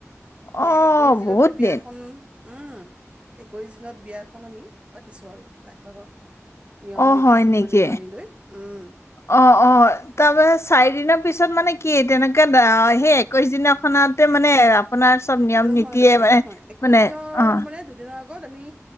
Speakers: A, on the right; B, on the left.
A: সেই
B: অ',
A: একৈশ দিনতহে
B: বহুত
A: বিয়াখন
B: দিন
A: উম, একৈশ দিনত বিয়াখন আমি পাতিছোঁ, আৰু তাই ভাগৰ। নিয়ম
B: অ',
A: নীতি
B: হয় নেকি।
A: মানে মানি লৈ উম
B: অ', অ', তাৰমানে চাৰিদিনা পিছত মানে কি তেনেকে সেই একৈশ দিনা খানাতে মানে আপোনাৰ চব নিয়ম
A: নহয,
B: নীতিয়ে
A: নহয,
B: মানে
A: নহয়, একৈশ
B: মানে
A: দিনৰ
B: অ
A: মানে দুদিনৰ আগত গত আমি,